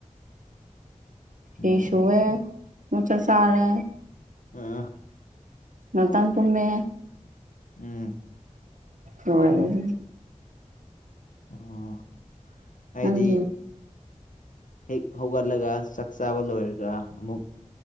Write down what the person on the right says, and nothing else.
ꯐꯤ
ꯁꯨꯌꯦ ꯑꯃꯨꯛ ꯆꯥ ꯆꯥꯔꯦ
ꯉꯥꯛꯇꯥꯡ ꯇꯨꯝꯃꯦ
ꯂꫭꯏꯔꯦ ꯑꯗꯨꯒ
ꯅꯪꯗꯤ